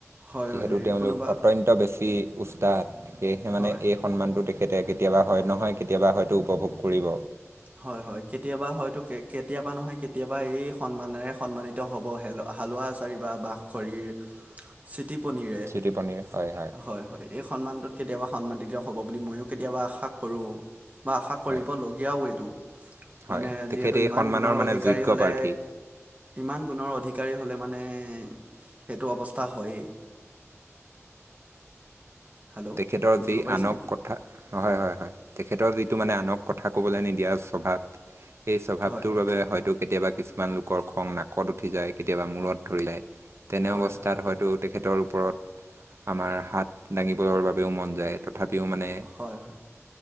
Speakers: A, on the right; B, on the right.
A: হয়
B: যিহেতু
A: হয়
B: তেওঁলোক
A: কোনোবা
B: অত্যন্ত বেছি উস্তাদ সেয়েহে মানে
A: হয়
B: এই সন্মানটো তেতে কেতিয়াবা হয় নহয় কেতিয়াবা হয়তো উপভোগ কৰিব।
A: হয় হয় কেতিয়াবা হয়তো কেতিয়াবা নহয় কেতিয়াবা এই সন্মানেৰে সন্মানিত হ'বহে হালোৱা এচাৰি বা বাঁহ খৰিৰ চিটি পনিৰে,
B: জ্যোতি পনীৰ হয়
A: হয় - হয়। এই সন্মানটোত কেতিয়াবা সন্মানিত হ'ব বুলি মইয়ো কেতিয়াবা আশা কৰোঁ বা আশা কৰিবলগীয়াও
B: হয়
A: এইটো। মানে
B: হয় তেখেত
A: যিহেতু
B: এই
A: ইমান
B: সন্মানৰ
A: গুণৰ
B: মানে
A: অধিকাৰী
B: যোগ্য
A: হ'লে,
B: প্ৰাৰ্থী
A: ইমান গুণৰ অধিকাৰী হ'লে মানে সেইটো অৱস্থা হয়েই। হেল্ল'
B: তেখেতৰ
A: বুজিব
B: যি
A: পাৰিছেনে
B: আনক কথা- হয় - হয়, তেখেতৰ যি টো মানে আনক কথা কবলৈ নিদিয়া স্বভাৱ, এই স্বভাৱটোৰ
A: হয়
B: বাবে হয়তো কেতিয়াবা কিছুমান লোকৰ খং নাকত উঠি যায়, কেতিয়াবা মূৰত ধৰি যায়। তেনে
A: হয়
B: অৱস্থাত
A: হয়
B: হয়তো তেখেতৰ ওপৰত আমাৰ হাত দাঙিবৰ বাবেও মন যায়। তথাপিও মানে-
A: হয় হয়